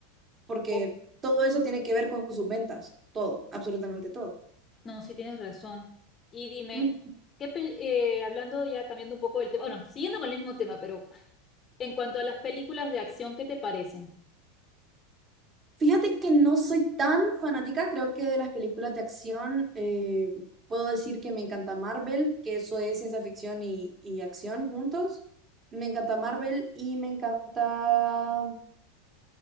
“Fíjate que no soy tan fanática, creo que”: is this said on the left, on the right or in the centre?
Right